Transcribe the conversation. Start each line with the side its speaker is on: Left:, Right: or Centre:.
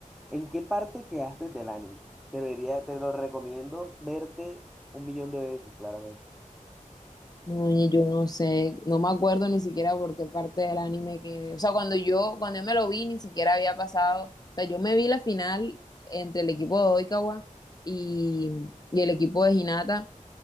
Centre: ¿En qué parte quedaste del anime? Te lo diría- te lo recomiendo verte un millón de veces, claramente.
Left: No, ni yo no sé, no me acuerdo ni siquiera por qué parte del anime que, o sea, cuando yo, cuando yo me lo vi, ni siquiera había pasado, o sea, yo me vi la final entre el equipo de Oikawa y, y el equipo de Hinata,